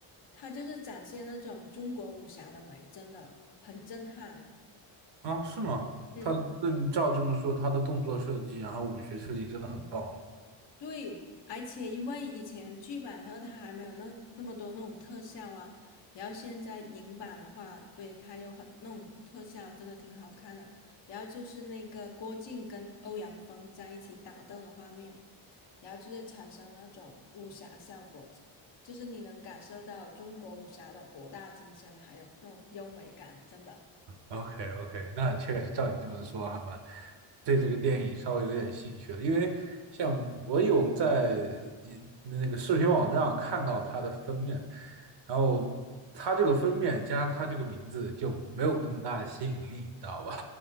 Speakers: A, on the left; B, on the right.
A: 他就是展现那种中国武侠的美，真的很震撼。
B: 啊，是吗？
A: 嗯。
B: 他那你照这么说，他的动作设计，然后武学设计真的很棒哦。
A: 对，而且因为以前剧版的时候，它还没有那那么多那种特效啊，然后现在影版的话，对，它有很那种特效，真的挺好看的。然后就是那个郭靖跟欧阳锋在一起打斗的画面，然后就是产生那种武侠效果，就是你能感受到中国武侠的博大精深，还有那种优美感，真的。
B: OK OK，那确实照你这么说，还蛮对这个电影稍微有点兴趣了，因为像我有在一那个视频网站上看到它的封面，然后它这个封面加上它这个名字就没有那么大的吸引力，你知道吧